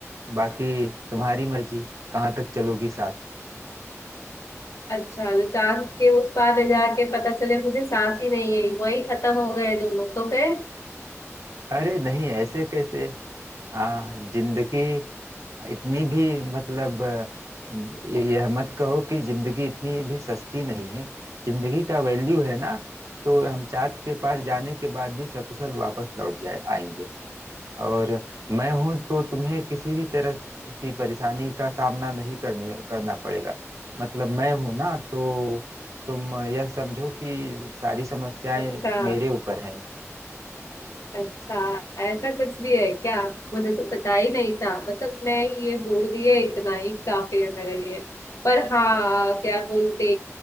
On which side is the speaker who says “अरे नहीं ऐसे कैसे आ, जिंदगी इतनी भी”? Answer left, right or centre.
Right